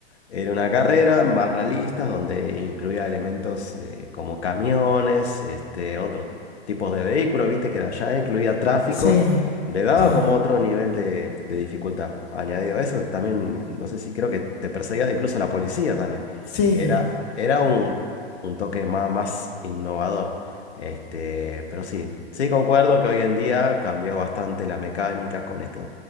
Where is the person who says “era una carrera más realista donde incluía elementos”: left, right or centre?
Left